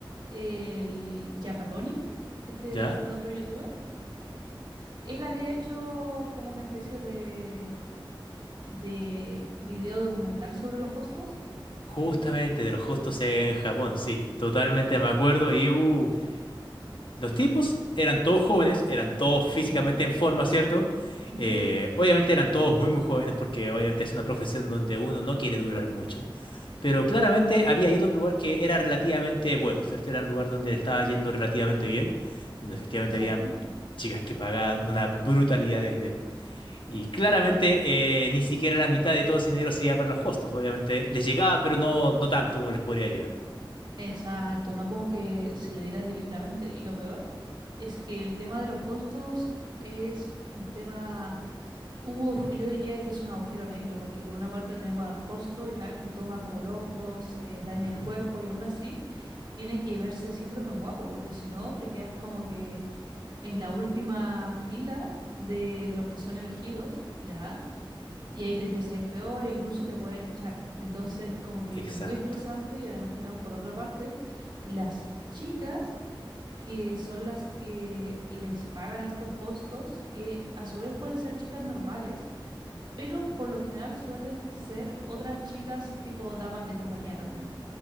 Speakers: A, on the right (about 60°); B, on the left (about 70°).
A: el Japatonic, este,
B: ¿ya?
A: este otro youtuber, él había hecho como una especie de, de video documental sobre los hostos?
B: Justamente de los hostos en Japón, sí, totalmente me acuerdo. Y uh, los tipos eran todos jóvenes, eran todos físicamente
A: Sí.
B: en forma, ¿cierto?
A: Ujú,
B: Eh, obviamente eran todos muy, muy jóvenes porque obviamente es una profesión donde uno no quiere durar mucho. pero claramente había ido a un lugar que era relativamente bueno, ¿cierto? Era un lugar donde estaba yendo relativamente bien, donde efectivamente
A: Exacto.
B: habían chicas que pagaban una brutalidad de dinero. Y claramente eh, ni siquiera la mitad de todo ese dinero se iba para los hostos, obviamente les llegaba, pero no, no tanto como les podría llegar.
A: Exacto, no como que se le dieran directamente. Y lo peor es que el tema de los costos es un tema, uf, yo diría que es un agujero negro, porque por una parte tenemos al hosto ya que toma como loco, se daña
B: Ujú,
A: el cuerpo y aún así tiene que verse siempre muy guapo, porque si no te quedas como que en la última fila de los que son elegidos, ¿ya? Y ahí te empieza a ir peor e incluso te pueden echar. Entonces, como que
B: Exacto.
A: muy estresante y además tenemos por otra parte las chicas que son las que les pagan a estos hostos, que a su vez pueden ser chicas normales, pero por lo general suelen ser otras chicas tipo damas de compañía también.